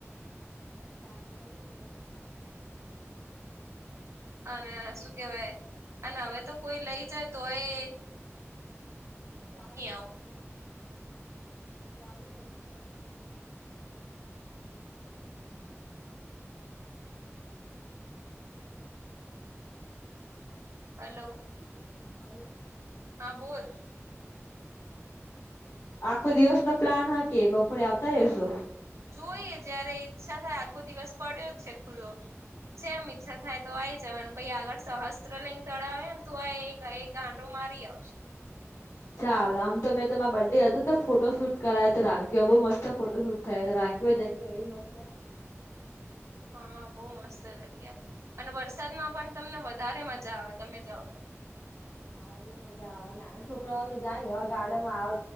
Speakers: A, on the left; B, on the right.
A: અ મને ચાલતા લઈ જાય ને બઉ મજા આવતી
B: અને શું કેવાય અને હવે તો કોઈ લઈ જાય તોય
A: જાઉં એ જમતું
B: આવું
A: નહી, જાઓું જમતું નહી હવે તો નહી?
B: હલો.
A: હલો.
B: હા બોલ.
A: આખો દિવસ નો પ્લાન હ કે બપોરે આવતા જ રહેશો.
B: જોઈએ જયારે ઈચ્છા થાય આખો દિવસ પડ્યો જ છે ખુલ્લો, જે એમ ઈચ્છા થાય તો આઈ જવાનું પહિ આગળ સહસ્ત્ર લિંગ તળાવ હે ને તો એક ત્યાં આટો મારી આવશું.
A: <inaudible> ચાલ આમ તો મેં તમારા બર ડે હતો ને તો ફોટો શૂટ કરાય હતો રાનકીઓ બહુ મસ્ત ફોટો શૂટ થયા હતો રાન કોઈ જગ્યા એવી મસ્ત હે
B: હા બહુ મસ્ત જગ્યા અને વરસાદમાં પણ તમને વધારે મજા આવે તમે જાઓ તો.
A: હા બઉ મજા આવે નાના છોકરાઓ તો જાય ને એવા ગારડનમાં આવ